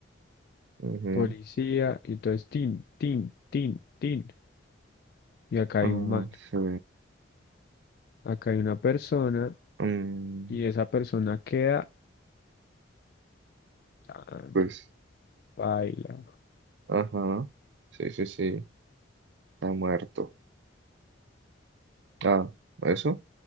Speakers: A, on the right; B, on the left.
A: ujú,
B: policía, y entonces tin, tin, tin, tin. Y acá hay
A: Ah,
B: un man,
A: sí.
B: acá hay una persona,
A: Mm,
B: y esa persona queda, ah,
A: pues,
B: no, baila.
A: ajá. Sí, sí, sí. Está muerto. Ah, ¿eso?